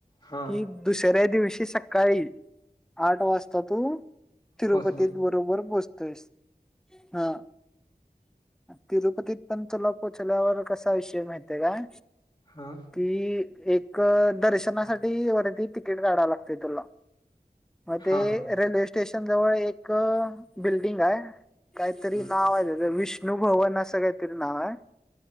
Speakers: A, on the left; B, in the centre.
A: हा.
B: कि दुसऱ्या दिवशी सकाळी आठ वाजता तू तिरुपती
A: पोचणार.
B: बरोबर पोहोचतोयस हा. तिरुपतीत पण तुला पोहोचल्यावर कसा विषय माहतीय काय.
A: हा.
B: कि एक दर्शनासाठी वरती तिकीट काढाय लागतेय तुला. मग ते
A: हा हा.
B: रेल्वे स्टेशन जवळ एक बिल्डिंग आहे. काहीतरी
A: बर
B: नाव आहे विष्णू भवन असं काहीतरी नाव आहे